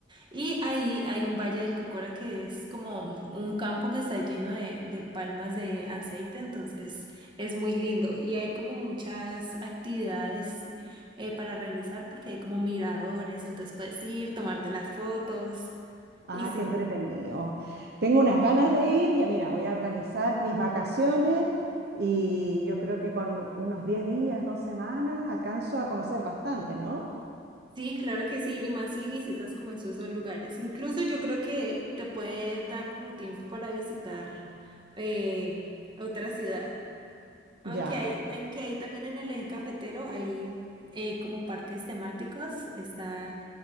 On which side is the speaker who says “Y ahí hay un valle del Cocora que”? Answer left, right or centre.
Right